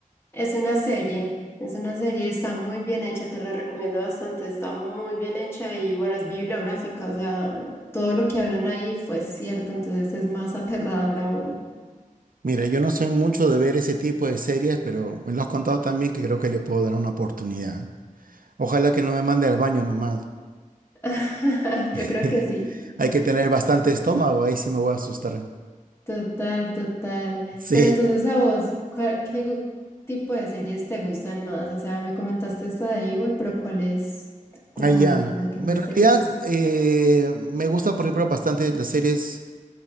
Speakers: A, on the left (about 15°); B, on the right (about 80°).
A: Es una serie. Es una serie, está muy bien hecha, te la recomiendo bastante, está muy bien hecha y bueno, es bibliográfica, o sea, todo lo que hablan ahí fue cierto, entonces es más aterrador aún.
B: Mira, yo no soy mucho de ver ese tipo de series, pero me lo has contado también que creo que le puedo dar una oportunidad. Ojalá que no me mande al baño nomás.
A: <laughs>
B: <laughs>
A: Yo creo que sí,
B: Hay que tener bastante estómago, ahí sí me voy a asustar.
A: total, total.
B: Sí,
A: Pero entonces a vos, ¿cuál- ¿qué gu- tipo de series te gustan más? O sea, me comentaste esta de Evil, pero ¿cuál es como
B: allá.
A: la que
B: En
A: más
B: realidad,
A: te gusta?
B: eh, me gusta, por ejemplo, bastante las series